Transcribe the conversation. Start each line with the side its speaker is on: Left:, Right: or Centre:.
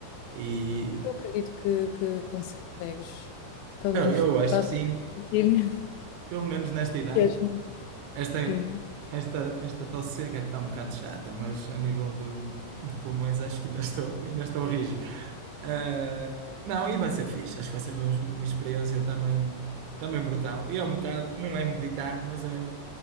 Right: E
Left: Eu acredito que, que consegues. Pelo
Right: eu,
Left: menos
Right: eu acho
Left: estás
Right: que sim.
Left: a conseguir.
Right: pelo menos nesta idade,
Left: Jasmine,
Right: esta,
Left: Sim,
Right: esta, esta tosse seca que está um bocado chata, mas a nível de, de pulmões acho que ainda estou, ainda estou rijo. Ah, não, e vai ser fixe, acho que vai ser uma, uma experiência também, também brutal. E é um bocado, não é meditar, mas é